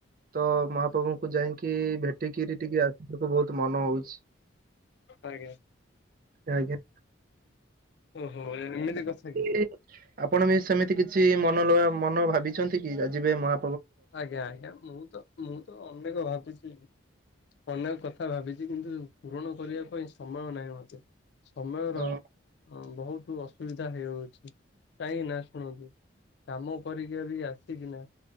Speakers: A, on the right (about 45°); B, on the left (about 55°).
A: ତ ମହାପ୍ରଭୁଙ୍କୁ ଯାଇକି ଭେଟିକିରି ଟିକେ ଆସିବାକୁ ବହୁତ ମନ ହଉଛି।
B: ଆଜ୍ଞା।
A: ଆଜ୍ଞା।
B: ଓହୋ ଭାଈ ଏମିତି କଥା କି।
A: କି ଆପଣ ବି ସେମିତି କିଛି ମନଲବା ମନ ଭାବିଛନ୍ତି କି ଆଯିବି ମୁ ଆ
B: ଆଜ୍ଞା ଆଜ୍ଞା ମୁଁ ତ ମୁଁ ତ ଅନେକ ଭାବିଛି। ଅନେକ କଥା ଭାବିଚି କିନ୍ତୁ ପୂରଣ କରିବା ପାଇଁ ସମୟ ନାହିଁ ମତେ ସମୟର
A: ହଁ
B: ହଁ ବହୁତ ଅସୁବିଧା ହେଇଯାଉଛି କାହିଁକି ନା ଶୁଣନ୍ତୁ। କାମ କରିକି ଅରିକି ଆସିକି ନା